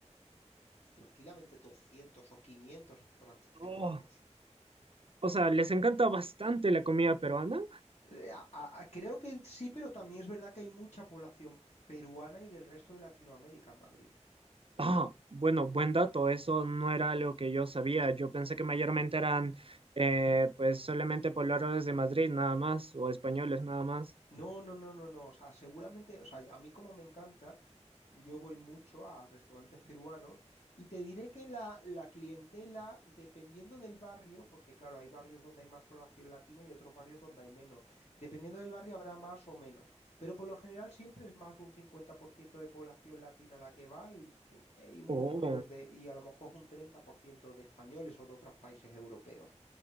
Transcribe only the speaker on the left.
pues, tranquilamente 200 o 500 restaurantes peruanos.
Eh, a- a- a- creo que sí, pero también es verdad que hay mucha población peruana y del resto de Latinoamérica en Madrid.
No, no, no, no, no. O sea, seguramente, o sea, a mí como me encanta. Yo voy mucho a restaurantes peruanos y te diré que la, la clientela, dependiendo del barrio, porque claro, hay barrios donde hay más población latina y otros barrios donde hay menos. Dependiendo del barrio habrá más o menos, pero por lo general siempre es más de un 50% de población latina la que va y, eh, y un
poco menos de, y a lo mejor un 30% de españoles o de otros países europeos